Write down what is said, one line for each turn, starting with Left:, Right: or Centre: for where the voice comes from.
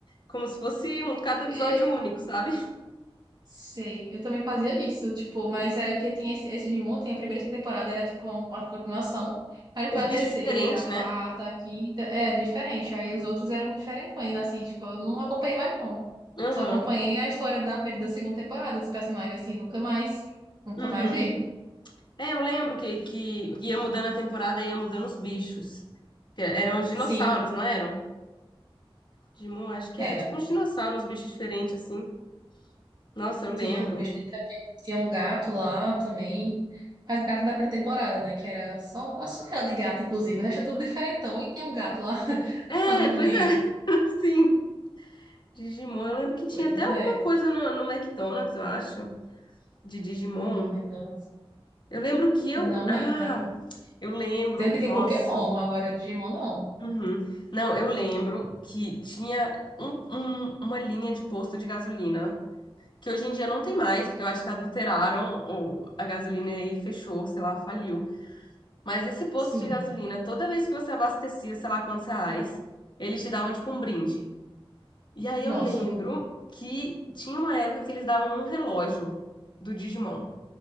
Left: Como se fosse um cada
Right: <laughs>
Left: episódio único, sabe?
Right: Sei, eu também fazia isso, tipo, mas era que tinha esse, esse Digimon, tinha a primeira e segunda temporada, era tipo um- uma continuação, aí depois
Left: os bichos
Right: a terceira,
Left: diferentes,
Right: a
Left: né?
Right: quarta, a quinta, é diferente, aí os outros eram diferentões, assim, tipo, eu não acompanhei mais não,
Left: Aham.
Right: só acompanhei a história da primeira e da segunda temporada dos personagens, assim, nunca mais, nunca
Left: Uhum.
Right: mais vi.
Left: É, eu lembro que, que ia mudando a temporada, ia mudando os bichos. Que Eram os dinossauros,
Right: Sim,
Left: não eram? Digimon, acho que
Right: era,
Left: era tipo uns dinossauros, uns bichos diferentes, assim. Nossa, eu lembro.
Right: tinha um bicho de repente, tinha um gato lá também, mas gato da primeira temporada, né, que era só a ela de gato, inclusive, o resto é tudo diferentão, e tinha um gato lá, <laughs>
Left: É,
Right: lá no
Left: pois
Right: meio.
Left: é. <laughs> Sim. Digimon, eu lembro que tinha
Right: Pois
Left: até alguma
Right: é.
Left: coisa no, no McDonald's, eu acho, de Digimon.
Right: McDonald's.
Left: Eu lembro que eu.
Right: Eu não lembro.
Left: Ah, eu lembro.
Right: Tanto que
Left: Nossa.
Right: tem Pokémon, agora Digimon não.
Left: Uhum. Não, eu lembro que tinha um- um- uma linha de posto de gasolina, que hoje em dia não tem mais, porque eu acho que adulteraram o- a gasolina e fechou, sei lá, faliu. Mas esse posto
Right: Sim.
Left: de gasolina, toda vez que você abastecia, sei lá quantos reais, eles te davam tipo um brinde. E aí
Right: Nossa.
Left: eu lembro que tinha uma época que eles davam um relógio do Digimon.